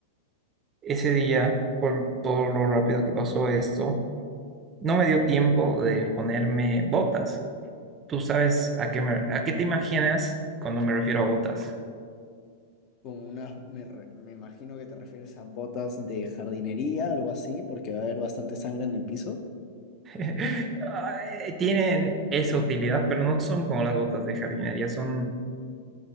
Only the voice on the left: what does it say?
Como unas, me, re- me imagino que te refieres a botas de jardinería, algo así, porque va a haber bastante sangre en el piso.